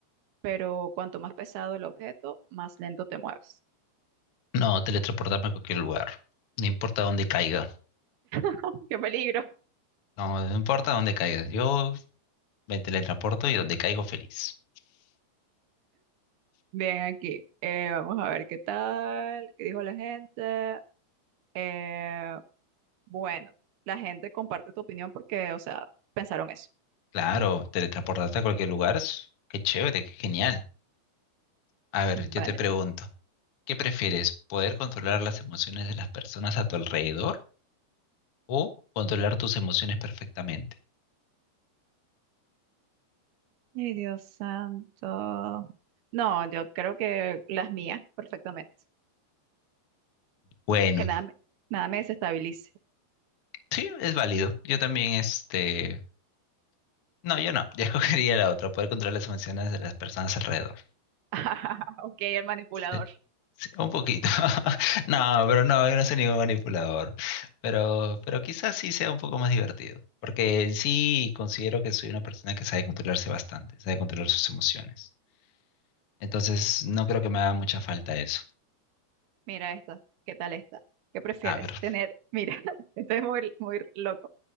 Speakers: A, on the right; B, on the left.
A: pero cuanto más pesado el objeto, más lento te mueves?
B: No, teletransportarme a cualquier lugar. No importa dónde caiga.
A: <laughs> ¡Qué peligro!
B: No, no importa dónde caiga. Yo me teletransporto y donde caigo feliz.
A: Bien, aquí. Eh, vamos a ver qué tal, qué dijo la gente. Eh, bueno, la gente comparte tu opinión porque, o sea, pensaron eso.
B: Claro, teletransportarte a cualquier lugar, es- qué chévere, qué genial. A ver,
A: Vale.
B: yo te pregunto, ¿qué prefieres? ¿Poder controlar las emociones de las personas a tu alrededor o controlar tus emociones perfectamente?
A: Ay, Dios santo. No, yo creo que las mías perfectamente.
B: Bueno,
A: Que nada me, nada me desestabilice.
B: <laughs> sí, es válido. Yo también, este... No, yo no, <laughs> yo escogería la otra, poder controlar las emociones de las personas alrededor.
A: <laughs> Ok, el manipulador.
B: sí. Sí, un poquito. <laughs> No, pero no, yo no soy ningún manipulador. Pero, pero quizás sí sea un poco más divertido. Porque en sí considero que soy una persona que sabe controlarse bastante, sabe controlar sus emociones. Entonces, no creo que me haga mucha falta eso.
A: Mira esta. ¿Qué tal esta? ¿Qué prefieres?
B: A ver.
A: Tener, mira, <laughs> esto es muy, muy loco.